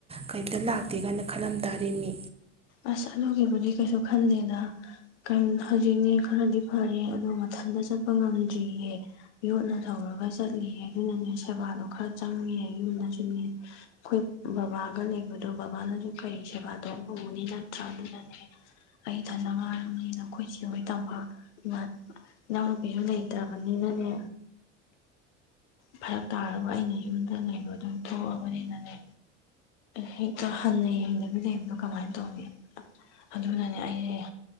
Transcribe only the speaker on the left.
ꯑꯁ ꯑꯗꯨꯒꯤꯕꯨꯗꯤ ꯀꯩꯁꯨ ꯈꯟꯗꯦꯗ ꯍꯧꯖꯤꯛꯅꯦ ꯈꯔꯗꯤ ꯐꯔꯦ ꯑꯗꯣ ꯃꯊꯟꯇ ꯆꯠꯄ ꯉꯝꯗ꯭ꯔꯤꯌꯦ ꯌꯣꯠꯅ ꯊꯧꯔꯒ ꯆꯠꯂꯤꯌꯦ ꯑꯗꯨꯅꯅꯦ ꯁꯦꯕꯥꯗꯣ ꯈꯔ ꯆꯪꯉꯦ ꯌꯨꯝꯗꯁꯨꯅꯦ ꯑꯩꯈꯣꯏ ꯕꯕꯥꯒ ꯂꯩꯕꯗꯣ ꯕꯕꯥꯅꯁꯨ ꯀꯔꯤ ꯁꯦꯕꯥ ꯇꯧꯕꯅꯣ ꯇꯉꯅꯤ ꯅꯠꯇ꯭ꯔꯥ ꯑꯗꯨꯅꯅꯦ ꯑꯩ ꯊꯟꯅ ꯉꯥꯏꯔꯕꯅꯤꯅ ꯑꯩꯈꯣꯏ ꯆꯍꯣꯏ ꯇꯝꯄꯥꯛ ꯏꯃꯥ ꯏꯅꯥꯎꯅꯨꯄꯤꯁꯨ ꯂꯩꯇ꯭ꯔꯕꯅꯤꯅꯅꯦ ꯐꯔꯛ ꯇꯥꯔꯒ ꯑꯩꯅ ꯌꯨꯝꯗ ꯂꯩꯕ ꯑꯗꯨꯝ ꯊꯣꯛꯑꯕꯅꯤꯅꯅꯦ ꯍꯦꯛꯇ ꯍꯟꯅ ꯌꯦꯡꯅꯕꯤ ꯂꯩꯕꯅꯣ ꯀꯃꯥꯏꯅ ꯇꯧꯅꯤ ꯑꯗꯨꯅꯅꯦ ꯑꯩꯁꯦ